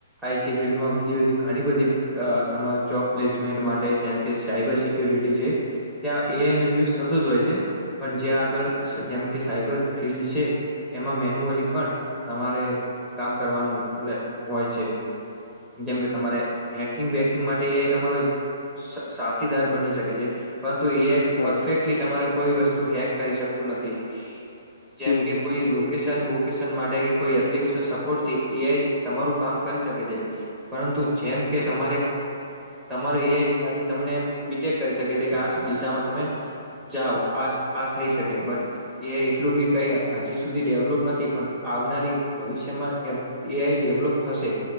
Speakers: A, in the centre; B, on the left (about 80°).
A: આઈટી ફિલ્ડમાં બીજી બધી ઘણી બધી તમારી જોબ પ્લેસમેન્ટ માટે જેમ કે સાયબર શ ક્યુરિટી છે ત્યાં એનો યુઝ થતો જ હોય છે પણ જ્યાં આગળ સતમાં કે સાયબર ફિલ્ડ છે એમાં મેન્યુઅલી પણ તમારે કામ કરવાનું હોય છે. જેમ કે તમારે હેકિંગ બેકિંગ માટે એઆઈ તમારો સાથીદાર બની શકે છે પરંતુ એ
B: હા
A: પરફેક્ટલી તમારે કોઈ વસ્તુ હેક કરી શકતું નથી. જેમ
B: હમ
A: કે
B: હમ
A: કોઈ લોકેશન બુક માટે કે કોઈ એપ્લિકેશન સપોર્ટ થી એ તમારું કામ કરી શકે છે પરંતુ જેમ કે તમારે તમારું એઆઈ ખાલી તમને ડીટેક કરી શકે છે કે આ દિશામાં તમે જાઓ આ આ થઈ શકે બટ એ એટલું બી કઈ હજી સુધી ડેવલોપ નથી પણ આવનારી ભવિષ્યમાં એઆઈ ડેવલોપ થશે.